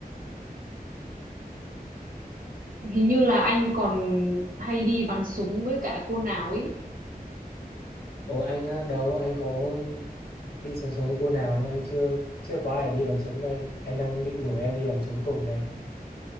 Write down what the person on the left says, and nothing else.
Ồ anh á, đâu anh có đi bắn súng với cô nào đâu anh chưa chưa có ai đi bắn súng đây anh đang định rủ em đi bắn súng cùng đây